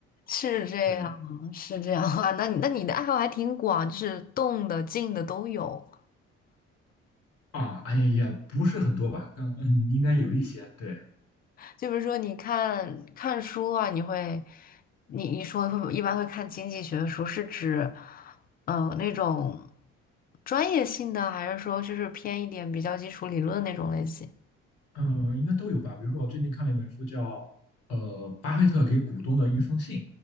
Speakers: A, on the left (about 25°); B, on the left (about 60°).
A: 是这样，
B: 对
A: 是这样啊。那你那你的爱好还挺广，就是动的、静的都有。
B: 啊，哎也不是很多吧，刚嗯，应该有一些。对。
A: 就比如说，你看看书啊，你会，你你说会一般会看经济学书，是指，嗯、那种专业性的，还是说就是偏一点比较基础理论的那种类型？
B: 嗯，呃应该都有吧。比如说，我最近看了一本书叫呃《巴菲特给股东的一封信》。